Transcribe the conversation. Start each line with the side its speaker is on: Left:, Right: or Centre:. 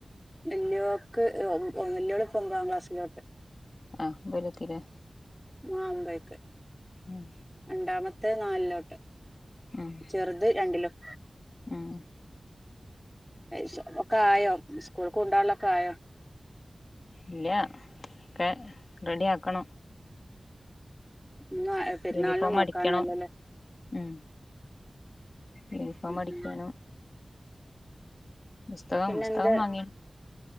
Centre: വെല്ല്യോക്ക് ഓം <unintelligible> വെല്ല്യോള്പ്പൊമ്പതാം ക്ലാസ്സിലോട്ട്.
Left: ആഹ് വെല്ത് ലേ
Centre: ആഹ് ഒമ്പേക്.
Left: ഉം
Centre: രണ്ടാമത്തെ നാലിലോട്ട്
Left: ഉം
Centre: ചെറ്ത് രണ്ടിലും.
Left: ഉം
Centre: ഏഹ് സൊ <unintelligible> ക്കായോ സ്കൂൾക്ക് കൊണ്ടോവാള്ളൊക്കായോ?
Left: ഇല്ല ഒക്കെ റെഡ്യാക്കണം.
Centre: ഇന്ന് പെരുന്നാളിന്
Left: യൂണിഫോമടിക്കണം
Centre: നോക്കാനായല്ലോല്ലേ
Left: ഉം യൂണിഫോമടിക്കാനും
Centre: ഉം ഉം
Left: പുസ്തകം
Centre: പിന്നെ
Left: പുസ്തകം
Centre: എന്ത്
Left: വാങ്ങി.